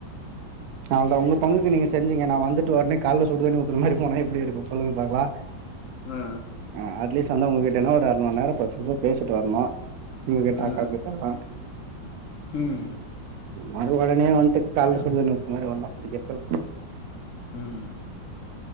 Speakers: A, on the right (about 75°); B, on the left (about 60°).
A: அவ்ளதா உங்க பங்குக்கு நீங்க செஞ்சிங்க நா வந்துட்டு உடனே கால்ல சுடுதண்ணி ஊத்துன மாறி போனா எப்டி இருக்கும் சொல்லுங்க பாக்கலா
B: ஆ ஆ
A: அ அட்லீஸ்ட் வந்து உங்ககிட்டனா ஒரு அரை மந்நேரோ பத்து நிம்ஷோ பேசிட்டு வரணு உங்ககிட்ட
B: ஆ ஆ
A: அக்காகிட்டலா
B: ம்
A: மறு உடனே வன்ட்டு கால்ல சுடு தண்ணி ஊத்துன மாறி வந்தா புடிக்கறதில்ல
B: ம்